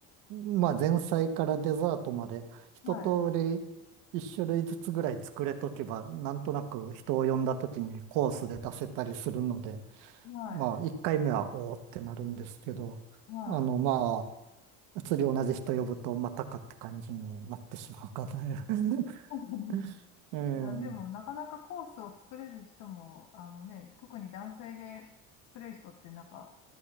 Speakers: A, on the right; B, on the left.
A: まあ前菜からデザートまで一通り一種類ずつぐらい作れとけば、
B: はい。
A: なんとなく人を呼んだ時にコースで出せたりするので、
B: はい。
A: まあ一回目はおーってなるんですけど、
B: はい。
A: あのまあ、次同じ人呼ぶとまたかって感じになってしまうかな。<laughs>
B: そうなんですね。
A: ええ
B: いや、でも、なかなかコースを作れる人も、あのね、特に男性で作れる人って、なんか、